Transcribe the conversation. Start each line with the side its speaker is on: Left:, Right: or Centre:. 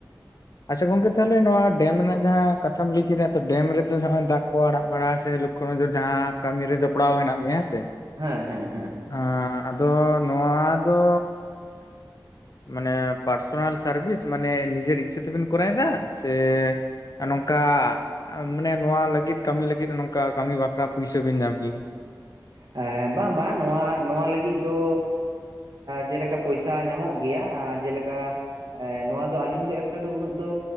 Left: ᱟᱪᱪᱷᱟ ᱜᱚᱝᱠᱮ ᱛᱟᱦᱚᱞᱮ ᱱᱚᱣᱟ ᱰᱮᱢ ᱨᱮᱱᱟᱜ ᱡᱟᱦᱟᱸ ᱠᱟᱛᱷᱟᱢ ᱞᱟᱹᱭ ᱠᱮᱫᱟ ᱛᱚ ᱰᱮᱢ ᱨᱮᱫᱚ ᱱᱚᱜᱼᱚᱭ ᱫᱟᱜ ᱠᱚ ᱟᱲᱟᱜ ᱵᱟᱲᱟ ᱥᱮ ᱞᱚᱠᱠᱷᱚ ᱱᱚᱡᱚᱨ ᱡᱟᱦᱟᱸ ᱠᱟᱹᱢᱤ ᱨᱮ ᱡᱚᱯᱲᱟᱣ ᱦᱮᱱᱟᱜ ᱢᱮᱭᱟ ᱦᱮᱸ ᱥᱮ
Right: ᱦᱮᱸ ᱦᱮᱸ ᱦᱮᱸ ᱾
Left: ᱟᱸ ᱟᱫᱚ ᱱᱚᱣᱟ ᱫᱚ ᱢᱟᱱᱮ ᱯᱟᱨᱥᱚᱱᱟᱞ ᱥᱟᱨᱵᱷᱤᱥ ᱢᱟᱱᱮ ᱱᱤᱡᱮᱨ ᱤᱪᱪᱷᱟᱹ ᱛᱮᱵᱮᱱ ᱠᱚᱨᱟᱣ ᱮᱫᱟ ᱥᱮ ᱱᱚᱝᱠᱟ ᱢᱟᱱᱮ ᱱᱚᱣᱟ ᱞᱟᱹᱜᱤᱫ ᱠᱟᱹᱢᱤ ᱞᱟᱹᱜᱤᱫ ᱱᱚᱝᱠᱟ ᱠᱟᱹᱢᱤ ᱵᱟᱠᱷᱨᱟ ᱯᱩᱭᱥᱟᱹ ᱵᱮᱱ ᱧᱟᱢ ᱜᱮᱭᱟ?
Right: ᱮ ᱵᱟᱝ ᱵᱟᱝ ᱱᱚᱣᱟ ᱱᱚᱣᱟ ᱞᱟᱹᱜᱤᱫ ᱫᱚ ᱡᱮᱞᱮᱠᱟ ᱯᱚᱭᱥᱟ ᱧᱟᱢᱚᱜ ᱜᱮᱭᱟ ᱡᱮᱞᱮᱠᱟ ᱱᱚᱣᱟ ᱫᱚ ᱟᱞᱤᱧ ᱫᱚ ᱮᱠ ᱱᱮᱛᱟᱨ ᱫᱚ ᱩᱱᱟᱹᱜ ᱫᱚ